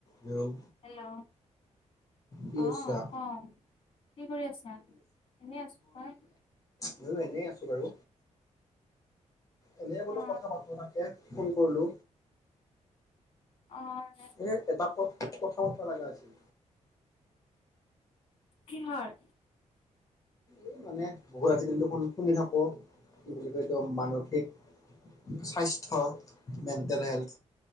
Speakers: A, on the left; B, on the left.
A: Hello!
B: Hello!
A: কি
B: অঁ
A: কৰিছা?
B: ক'। কি কৰি আছা? এনে আছো, তই?
A: মইয়ো এনেই আছো বাৰু। এনে বোলো
B: অ
A: কথা পাতো তাকে ফোন কৰিলো।
B: অ।
A: এনে এটা ক কথা ক'ব লগা আছিল।
B: কিহৰ?
A: এই মানে বহুত আজিকালি দেখোন শুনি থাকো কি বুলি কয় এইটো মানসিক। স্বাস্থ্য মেণ্টেল হেল্থ।